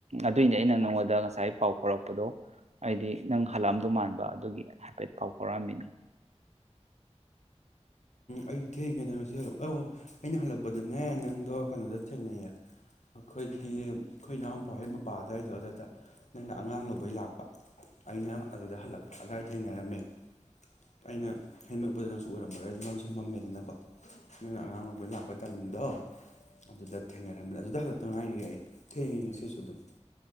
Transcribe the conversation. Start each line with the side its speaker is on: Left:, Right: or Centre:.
Right: ꯑꯗꯨꯏꯅꯦ ꯑꯩꯅ ꯅꯪꯉꯣꯟꯗ ꯉꯁꯥꯏ ꯄꯥꯎ ꯐꯥꯎꯔꯛꯄꯗꯣ ꯑꯩꯗꯤ ꯅꯪ ꯍꯜꯂꯛꯑꯝꯗꯣ ꯃꯥꯟꯕ ꯑꯗꯨꯒꯤ ꯍꯥꯏꯐꯦꯠ ꯄꯥꯎ ꯐꯥꯎꯔꯛꯑꯝꯃꯤꯅꯤ
Left: ꯑꯩ ꯊꯦꯡꯒꯦꯗ ꯅꯁꯤ ꯍꯜꯂꯛ ꯑꯧ ꯑꯩꯅ ꯍꯜꯂꯛꯄꯗꯅꯦ ꯅꯪꯗꯣ ꯀꯩꯅꯣꯗ ꯊꯦꯡꯅꯩꯌꯦ ꯑꯩꯈꯣꯏꯒꯤ ꯑꯩꯈꯣꯏ ꯏꯅꯥꯎꯄꯥꯩ ꯃꯄꯥ ꯑꯗꯨꯋꯥꯏꯗꯣ ꯑꯗꯨꯏꯗ ꯅꯪꯅ ꯑꯉꯥꯡ ꯂꯧꯕꯩ ꯂꯥꯛꯄ ꯑꯩꯅ ꯑꯗꯨꯗ ꯍꯜꯂꯛꯄ ꯑꯗꯨ꯭ꯋꯥꯏꯗ ꯊꯦꯡꯅꯔꯝꯃꯦ ꯑꯩꯅ ꯍꯦꯟꯃꯦꯄꯗ ꯅꯪꯁꯨ ꯑꯣꯏꯔꯝ ꯉꯝꯃꯔꯣꯏ ꯑꯗꯨ ꯃꯝꯁꯨ ꯃꯝꯃꯦꯗꯅꯀꯣ ꯅꯪꯅ ꯑꯉꯥꯡꯕꯩ ꯂꯥꯛꯄꯩ ꯇꯥꯏꯃꯤꯡꯗꯣ ꯑꯗꯨꯗ ꯊꯦꯡꯅꯔꯝꯃꯦꯅꯤ ꯑꯗꯨꯗ ꯍꯐꯠꯇ ꯉꯥꯏꯔꯤꯒꯦ ꯑꯩ ꯊꯦꯡꯉꯦ ꯉꯁꯤꯁꯨ ꯑꯗꯨꯝ